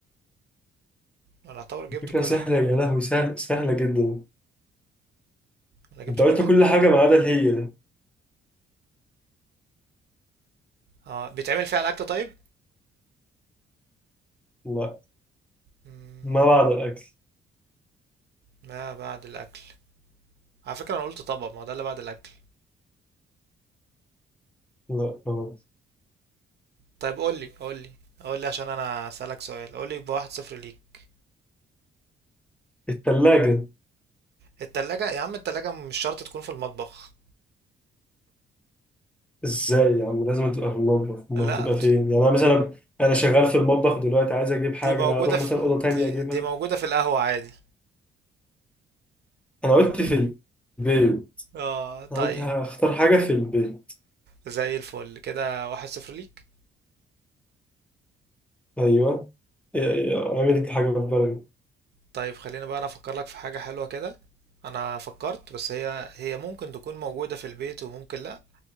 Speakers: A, on the right; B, in the centre.
A: أنا أعتبر جبت
B: فكرة
A: كل
B: سهلة
A: حاجة
B: يا لهوي سهل سهلة جدا
A: أنا جبت
B: انت قلت
A: كل حاجة
B: كل حاجة ما عدا الهي
A: آه بيتعمل فيها الأكل طيب؟
B: لا
A: مم،
B: ما بعد الأكل
A: ما بعد الأكل على فكرة أنا قلت طبعا ما هو ده اللي بعد الأكل
B: لا ما بعد
A: طيب قولي قولي قولي عشان أنا أسألك سؤال قولي بواحد صفر ليك
B: التلاجة
A: التلاجة يا عم التلاجة مش شرط تكون في المطبخ
B: ازاي يا عم لازم تبقى في المطبخ ما
A: لا
B: هتبقى
A: بت-
B: فين يعني أنا مثلا أنا شغال في المطبخ دلوقتي عايز أجيب حاجة
A: دي موجودة
B: أنا أروح
A: في
B: مثلا أوضة
A: دي,
B: تانية أجيبها
A: دي موجودة في القهوة عادي
B: أنا قلت في البيت
A: اه طيب
B: أنا قلت هختار حاجة في البيت
A: زي الفل كده واحد صفر ليك
B: أيوه إيه- إيه، أعمل إنت حاجة في بالك
A: طيب خلينا بقى انا افكر لك في حاجة حلوة كده انا فكرت بس هي هي ممكن تكون موجودة في البيت وممكن لا